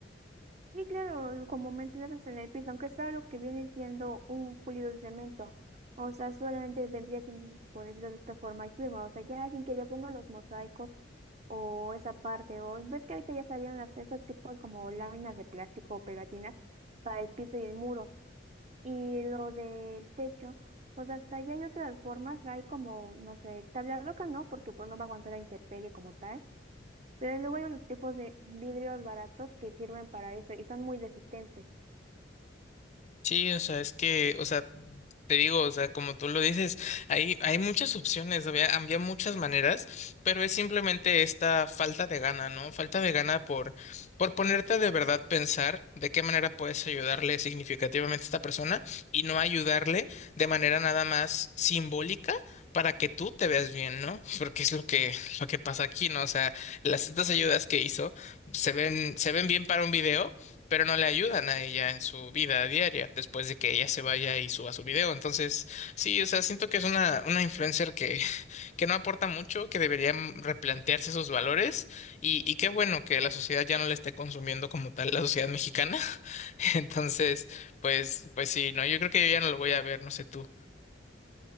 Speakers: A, on the right (about 35°); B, on the left (about 35°).
A: Y claro, como mencionas en el piso, aunque es algo que viene siendo un pulido de cemento, o sea, solamente vendría sin, por decirlo de esta forma, y firma, o sea, ya sin que le pongan los mosaicos O esa parte, o ves que ahorita ya salieron hasta esos tipos como láminas de plástico o pegatinas para el piso y el muro. Y lo del techo, pues hasta allá hay otras formas, hay como, no sé, tabla roca no, porque pues no va a aguantar la intemperie como tal, pero luego hay unos tipos de vidrios baratos que sirven para eso y son muy resistentes.
B: Sí, o sea, es que, o sea, te digo, o sea, como tú lo dices, hay, hay muchas opciones, había, había muchas maneras, pero es simplemente esta falta de gana, ¿no? Falta de gana por, por ponerte a de verdad pensar de qué manera puedes ayudarle significativamente a esta persona y no ayudarle de manera nada más simbólica para que tú te veas bien, ¿no? <laughs> Porque es lo que, lo que pasa aquí, ¿no? O sea, las estas ayudas que hizo se ven, se ven bien para un video pero no le ayudan a ella en su vida diaria después de que ella se vaya y suba su video. Entonces, sí, o sea, siento que es una, una influencer que, <laughs> que no aporta mucho, que debería replantearse sus valores y, y qué bueno que la sociedad ya no la esté consumiendo como tal, la sociedad mexicana. <laughs> Entonces, pues, pues sí, no, yo creo que yo ya no lo voy a ver, no sé tú.